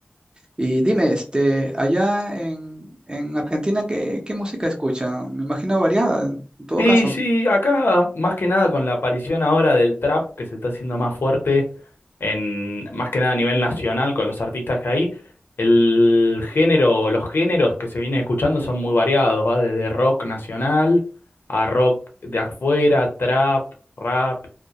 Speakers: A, on the right; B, on the left.
A: Y dime, este, allá en, en Argentina, ¿qué, qué música escuchan? Me imagino variada, en todo
B: Sí,
A: caso.
B: sí, acá más que nada con la aparición ahora del trap que se está haciendo más fuerte en más que nada a nivel nacional con los artistas que hay, el género, los géneros que se vienen escuchando son muy variados, va desde rock nacional a rock de afuera, trap, rap.